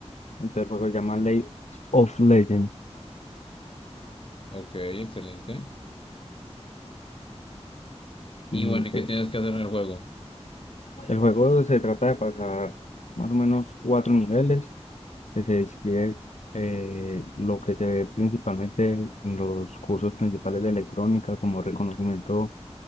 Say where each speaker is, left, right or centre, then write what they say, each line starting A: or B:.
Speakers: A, on the left; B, on the left.
A: Entonces, el juego se llama League of Legends.
B: Ok, excelente.
A: Y
B: Y bueno,
A: pues,
B: ¿y qué tienes que hacer en el juego?
A: El juego se trata de pasar más o menos cuatro niveles que se describe eh, lo que se ve principalmente en los cursos principales de electrónica, como reconocimiento